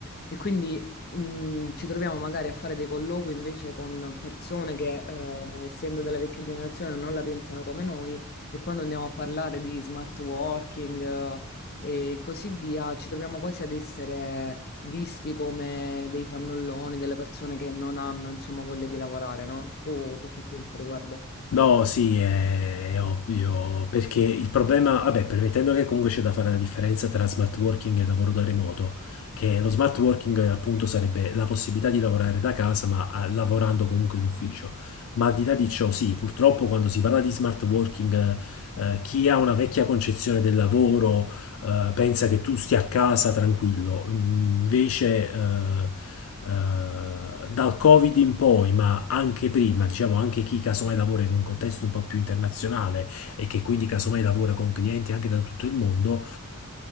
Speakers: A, on the left (about 50°); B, on the left (about 70°).
A: E quindi mh, ci troviamo magari a fare dei colloqui invece con persone che, eh, essendo della vecchia generazione, non la pensano come noi e quando andiamo a parlare di smart working, eh, e così via, ci troviamo quasi ad essere visti come dei fannulloni, delle persone che non hanno, insomma, voglia di lavorare, no? Tu, tu che pensi riguardo?
B: No, sì, è, è ovvio, perché il problema, vabbè, permettendo che comunque c'è da fare la differenza tra smart working e lavoro da remoto, che lo smart working eh, appunto sarebbe la possibilità di lavorare da casa, ma ah, lavorando comunque in ufficio. Ma al di là di ciò, sì, purtroppo quando si parla di smart working, eh, eh, chi ha una vecchia concezione del lavoro eh, pensa che tu stia a casa tranquillo. Invece, eh, eh, dal Covid in poi, ma anche prima, diciamo anche chi casomai lavora in un contesto un po' più internazionale e che quindi casomai lavora con clienti anche da tutto il mondo,